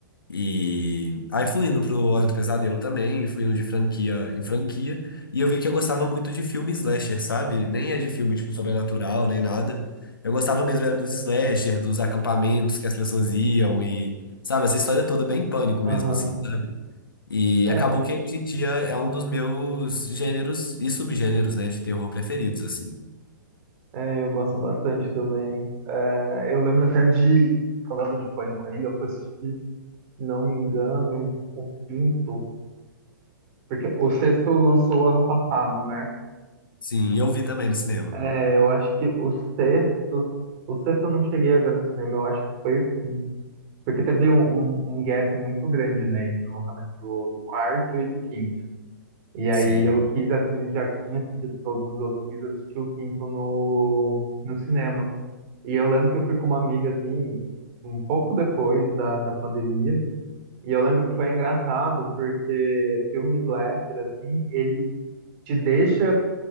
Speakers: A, on the left; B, on the right.
A: E aí fui indo pro Hora do Pesadelo também, fui indo de franquia em franquia. E eu vi que eu gostava muito de filme slasher, sabe? Nem é de filme, tipo, sobrenatural, nem nada. Eu gostava mesmo era dos slasher, dos acampamentos que as pessoas iam e... Sabe, essa história toda bem pânico
B: Aham.
A: mesmo, assim. E
B: É,
A: acabou que hoje em dia é um dos meus gêneros e subgêneros, né, de terror preferidos, assim.
B: é, eu gosto bastante também. É, eu lembro até de, falando de Pânico ainda, eu fui assistir, não me engano, o quinto, porque o sexto lançou ano passado, né?
A: Sim, eu vi também no cinema.
B: É, eu acho que o sexto, o sexto eu não cheguei a ver no cinema, eu acho que foi o quinto. Porque teve um, um, um gap muito grande, né, entre o lançamento do, do quarto e do quinto. E aí
A: Sim.
B: eu quis assistir, já tinha assistido todos os outros, quis assistir o quinto no, no cinema. E eu lembro que eu fui com uma amiga, assim, um pouco depois da, da pandemia. E eu lembro que foi engraçado, porque filme slasher, assim, ele te deixa